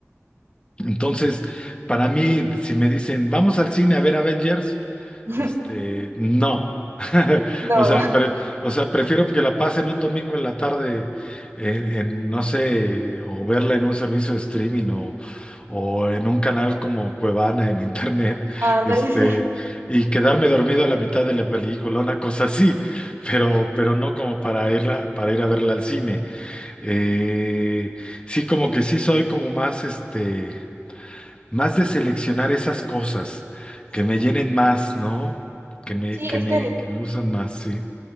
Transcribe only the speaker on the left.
entonces, para mí, si me dicen, vamos al cine a ver Avengers,
Este, no. <laughs>
O sea, pre- o sea, prefiero que la pasen un domingo en la tarde en, en, no sé, o verla en un servicio de streaming o, o en un canal como Cuevana en internet,
este,
y quedarme dormido a la mitad de la película, una cosa así, pero, pero no como para irla, para ir a verla al cine. Eh, sí, como que sí soy como más, este más de seleccionar esas cosas
que me llenen más, ¿no? Que me,
que
me,
que me gustan más, sí.